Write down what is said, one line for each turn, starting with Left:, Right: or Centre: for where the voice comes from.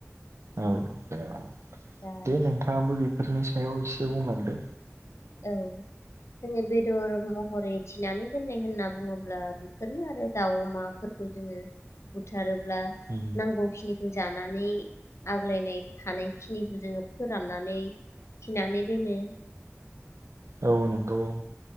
Right: औ दे
Left: दा
Right: नोंथाङाबो बेफोरनिसायाव एसेबुंलांदो।
Left: औ जोङो बेदर महरै थिनानै दोननायहोनना बुङोब्ला बेफोरनोआरो दाउ अमाफोरखौजोङो बुद बुथारोब्ला
Right: उम
Left: नांगौखिनि जानानै आग्लायनाय थानायखिनिखोजोङो फोराननानै थिनानैदोनो।
Right: औ नोंगौ औ।